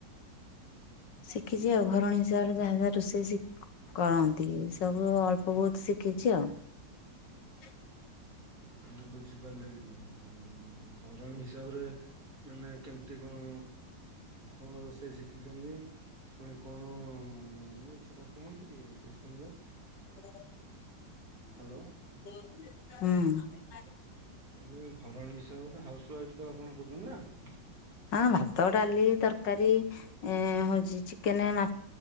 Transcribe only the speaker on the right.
ମ ବୁଝିପାରିଲେନି। ଘରଣୀ ହିସାବରେ ମାନେ କେମିତି କଣ?
କଣ ରୋଷେଇ ଶିଖିଛନ୍ତି। ପୁଣି କଣ ଇଏ ସେଟା କୁହନ୍ତୁ ଟିକେ ଦେଖିବା ଶୁଣିବା।
ହ୍ୟାଲୋ ଏ ଘରଣୀ ହିସାବରେ ହାଉସ୍ ୱାଇଫ୍ ତ ଆପଣ କହୁଛନ୍ତି ନା।